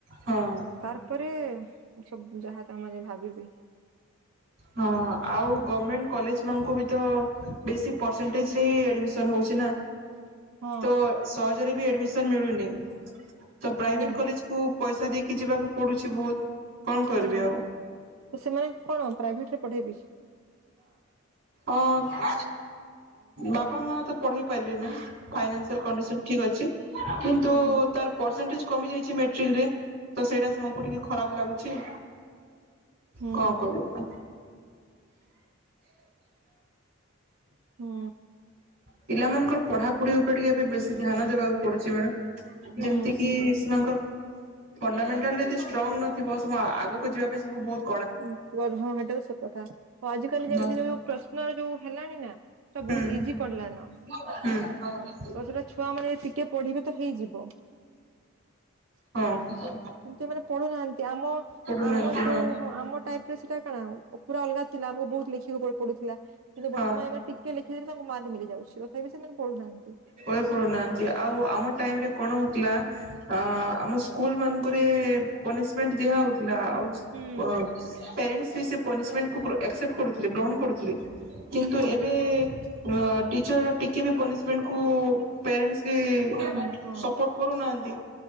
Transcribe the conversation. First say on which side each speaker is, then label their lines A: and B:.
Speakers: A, on the right; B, on the right.
A: ହଁ।
B: ତାର୍ ପରେ ସବୁ ଯାହା ତା ମାନେ ଭାବିବେ।
A: ହଁ ଆଉ ଗମେଣ୍ଟ୍ କଲେଜ୍ ମାନଙ୍କୁ ବି ତ ବେଶି ପ୍ରଷେଣ୍ଟେଜ୍ ରେ ହିଁ ଆଡ଼ିମି ତୋର ହଉଚି ନା
B: ହଁ
A: ତୋ ସହଜରେ ବି ଆଡ଼ମିଶନ୍ ମିଳୁନି। ତ ପ୍ରାଇଭେଟ୍
B: ହୁଁ।
A: କଲେଜ୍ କୁ ପଇସା ଦେଇକି ଯିବାକୁ ପଡୁଚି ବହୁତ୍ କଣ କରିବି
B: ହଁ
A: ଆଉ।
B: ତ ସେମାନେ କଣ ପ୍ରାଇଭେଟ୍ ରେ ପଢେଇ ଦେଇଚ୍।
A: ଅ- ବାପା ମାଆ ତ ପଢେଇ ପାରିବେ <unintelligible> ଫାଇନାନ୍ସିଆଲ୍ କଣ୍ଡିସନ୍ ଠିକ୍ ଅଛି କିନ୍ତୁ
B: ଓହୋ
A: ତାର ପ୍ରସେଣ୍ଟେଜ୍ କମି ଯାଇଚି ମେଟ୍ରିକ୍ ରେ ତ ସେଇଟା ସେମାନଙ୍କୁ ଟିକେ ଖରାପ୍ ଲାଗୁଚି।
B: ହୁଁ
A: କଣ୍ କରିବି ଆଉ।
B: ହୁଁ
A: ପିଲାମାନଙ୍କର ପଢ଼ାପଢ଼ି ଉପରେ ଟିକେ ଏବେ ବେଶୀ ଧ୍ୟାନ ଦେବାକୁ ପଡୁଚି ମ୍ୟାଡାମ୍
B: ହୁଁ
A: ଯେମିତିକି ସେମାନଙ୍କର ଫଣ୍ଡାମେଣ୍ଟାଲ୍ ଯଦି ଷ୍ଟ୍ରଙ୍ଗ୍ ନଥିବ ଆଗକୁ ଯିବା ପାଇଁ ବହୁତ୍
B: ଉଁ -କୁଆଡୁ ହଁ ହେଟା ତ ସତ କଥା ଆଉ ଆଜିିକାଲି
A: ହଁ
B: ଯେମିତି ଯଉ ପ୍ରଶ୍ନର ଯଉ ହେଲାଣି ନା ସ
A: ହୁଁ
B: ବହୁତ୍ ଇଜି କରଲାନ।
A: ହୁଁ।
B: ତ ସେଟା ଛୁଆ ମାନେ ଟିକେ ପଢ଼ିବେ ତ ହେଇଯିବ।
A: ହଁ
B: କିନ୍ତୁ ଏମାନେ ପଢୁନାହାନ୍ତି ଆମ-
A: ପଢୁନାହାନ୍ତି
B: ଆମ
A: ହଁ
B: ଯଉ ଆମ ଟାଇପ୍ ରେ ସେଟା କଣ ପୁରା ଅଲଗା ଥିଲା ଆମକୁ ବହୁତ ଲେଖିବାକୁ ପଡୁଥିଲା କିନ୍ତୁ
A: ହଁ।
B: ବର୍ତ୍ତମାନ୍ ଏମାନେ ଟି ଟିକେ ଲେଖି ଦେଲେ ତାଙ୍କୁ ମାର୍କ ମିଳିଯାଉଚି ତଥାପି ସେମାନେ ପଢୁନାହାନ୍ତି।
A: ପଏ ପଢୁନାହାନ୍ତି ଆଉ ଆମ ଟାଇମ୍ ରେ କଣ ହଉଥିଲା ଆ- ଆମ ସ୍କ୍ ସ୍କୁଲ୍ ମାନଙ୍କରେ ପନିସିମେଣ୍ଟ୍ ଦିଆ ହଉଥିଲା ଆଉ
B: ହୁଁ
A: ପ ପ୍ୟାରେଣ୍ଟସ୍ ବି ସେ ପନିସିମେଣ୍ଟକୁ ଗ୍ର-ଆକ୍ସେପ୍ଟ କରୁଥିଲେ ଗ୍ରହଣ କରୁଥିଲେ କିନ୍ତୁ
B: ହୁଁ।
A: ଏବେ ଏବେ ଅ- ଟିଚର୍ ଟିକେ ବି ପନିସିମେଣ୍ଟ କୁ ପ୍ୟାରେଣ୍ଟସ୍ କି
B: କହୁନୁ ହଁ
A: ସପୋର୍ଟ କରୁନାହାନ୍ତି।